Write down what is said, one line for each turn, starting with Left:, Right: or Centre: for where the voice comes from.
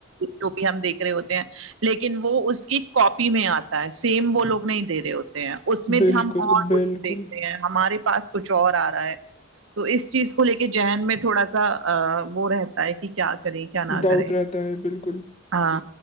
Right: جو بھی ہم دیکھ رہے ہوتے ہیں لیکن وہ اس کی کاپی میں آتا ہے سیم وہ لوگ نہیں دے رہے ہوتے اس میں
Left: بالکل،
Right: بھی ہم اور
Left: بالکل،
Right: کچھ دیکھ رہے ہیں ہمارے پاس کچھ اور آ رہا ہے تو اس چیز کو لے کے ذہن میں تھوڑا سا وہ رہتا کہ کیا کرے کیا نہ
Left: ڈاؤٹ
Right: کرے
Left: رہتا ہے، بالکل،
Right: ہاں